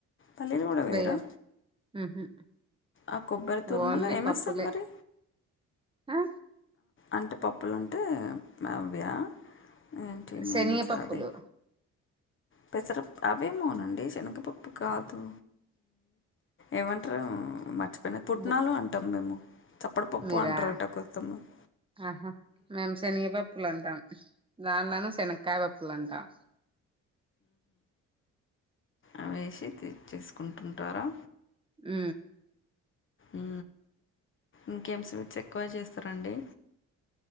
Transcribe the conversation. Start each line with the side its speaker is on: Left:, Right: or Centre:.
Left: పల్లీలు కూడా వేయరా
Right: బెయ్యం ఉహు
Left: ఆ కొబ్బరి తురుమలో
Right: ఓన్లీ
Left: ఏమేస్తారు
Right: పప్పులే
Left: మరి
Right: ఆ
Left: అంటే పప్పులు ఉంటే అవ్యా ఏంటి మీన్స్
Right: శనిగ పప్పులు
Left: అది పెసర అవేమోనండి శనగపప్పు కాదు ఏమంటరూ పోయిన పుట్నాలు
Right: బు
Left: అంటాము మేము చప్పడపప్పు
Right: మీరా
Left: అంటారట కొంత మంది
Right: ఆహా మేము శనగపప్పులు అంటాం దానిలోన శనకాయ పప్పులు అంటాం
Left: అ వేసి తీచేసుకుంటుంటారా
Right: ఆ
Left: ఆ ఇంకేం స్వీట్స్ ఎక్కువ చేస్తారండి